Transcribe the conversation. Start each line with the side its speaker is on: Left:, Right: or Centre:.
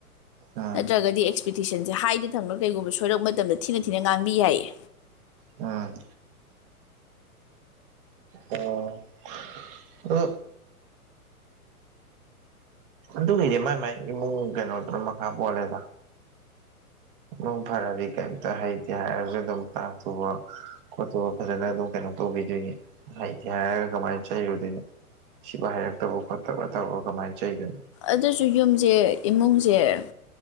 Right: ꯎꯝ
Left: ꯅꯠꯇ꯭ꯔꯒꯗꯤ ꯑꯦꯛꯁꯄꯦꯛꯇꯦꯁꯟꯁꯦ ꯍꯥꯏꯗ ꯊꯪꯕ ꯀꯩꯒꯨꯝꯕ ꯁꯣꯏꯔꯛꯄ ꯃꯇꯝꯗ ꯊꯤꯅ ꯊꯤꯅ ꯉꯥꯡꯕꯤ ꯌꯥꯏꯌꯦ
Right: ꯎꯝ ꯑꯣ ꯑꯗꯨ ꯑꯗꯨꯒꯤꯗꯤ ꯃꯥꯏ ꯃꯥꯏ ꯏꯃꯨꯡ ꯀꯩꯅꯣꯗꯨꯅ ꯃꯈꯥ ꯄꯣꯜꯂꯦꯗ ꯅꯨꯡ ꯐꯔꯗꯤ ꯀꯩꯝꯇ ꯍꯩꯇꯦ ꯍꯥꯏꯔꯒ ꯑꯗꯨꯝ ꯇꯥꯛꯇꯨꯕ ꯈꯣꯠꯇꯣꯞ ꯐꯖꯅ ꯑꯗꯨꯝ ꯀꯩꯅꯣ ꯇꯧꯕꯤꯗꯣꯏꯅꯤ ꯍꯩꯇꯦ ꯍꯥꯏꯔꯒ ꯀꯃꯥꯏꯅ ꯆꯩꯔꯨꯗꯩꯅꯣ ꯁꯤꯕꯨ ꯍꯥꯏꯩꯔꯛꯇꯕ ꯈꯣꯠꯇꯕ ꯇꯕ ꯀꯃꯥꯏꯅ ꯆꯩꯗꯣꯏꯅꯣ
Left: ꯑꯗꯨꯁꯨ ꯌꯨꯝꯖ‌ꯦ ꯏꯃꯨꯡꯖ‌ꯦ